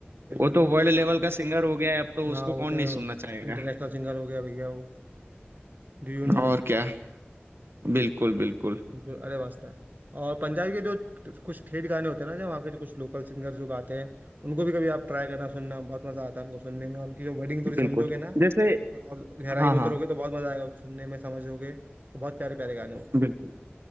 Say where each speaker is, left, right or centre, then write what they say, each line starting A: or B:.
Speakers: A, on the right (about 45°); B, on the right (about 70°).
A: बिल्कुल
B: वो तो वर्ल्ड
A: बिल्कुल।
B: लेवल का सिंगर हो गया है अब तो
A: हाँ
B: उसको
A: होते
B: कौन नहीं
A: हैं
B: सुनना चाहेगा
A: इंटरनेशनल सिंगर हो गया भैया वो डू यू नो
B: और क्या बिल्कुल बिल्कुल
A: जो अरे वास्ता है और पंजाबी के जो कुछ ठेठ गाने होते हैं ना जो वहाँ के जो कुछ लोकल सिंगर जो गाते हैं उनको भी कभी आप ट्राई करना सुनना बहुत मजा आता है उनको सुनने में और उनकी जो वर्डिंग थोड़ी समझोगे
B: बिल्कुल
A: ना
B: जैसे
A: और गहराई
B: हाँ
A: में
B: हाँ
A: उतरोगे तो बहुत मजा आएगा उसको सुनने में समझोगे तो बहुत प्यारे प्यारे गाने होते
B: बिल्कुल
A: हैं